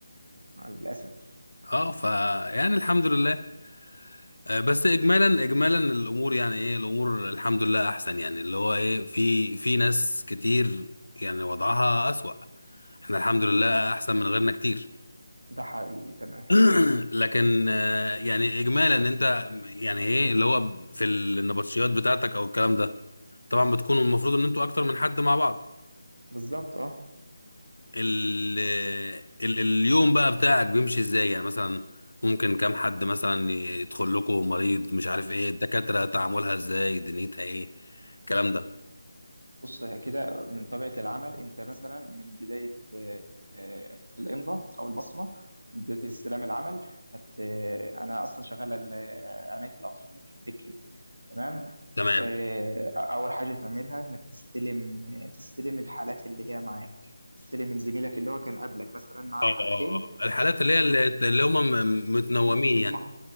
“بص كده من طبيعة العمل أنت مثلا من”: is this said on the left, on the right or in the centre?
Right